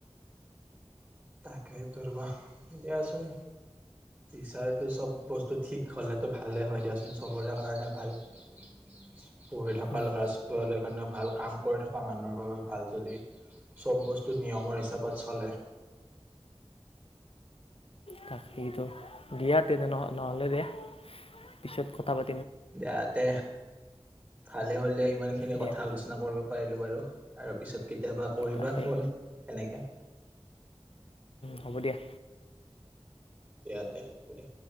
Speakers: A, on the right; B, on the left.
A: তাকেই ধৰিবা দিয়াচোন, বিচৰাটো চব বস্তু ঠিক হ'লেতো ভালেই হয় দিয়াচোন, চবৰে কাৰণে ভাল। পঢ়ি থকা
B: উম,
A: ল'ৰা ছোৱালীৰ কাৰণে ভাল। কাম কৰি থকা মানুহৰ ভাল যদি চব বস্তু নিয়মৰ হিচাপত চলে
B: তাকেতো, দিয়া তেনে নহ নহ'লে দিয়া, পিছত কথা পা
A: দে দে ভালে হ'লে ইমানখিনি
B: দিয়া
A: কথা আলোচনা কৰিব পাৰিলো বাৰু আৰু পিছত কেতিয়াবা কৰিবা
B: তাকেই
A: ফোন তেনেকে
B: হ'ব দিয়া
A: ইয়াতে <inaudible>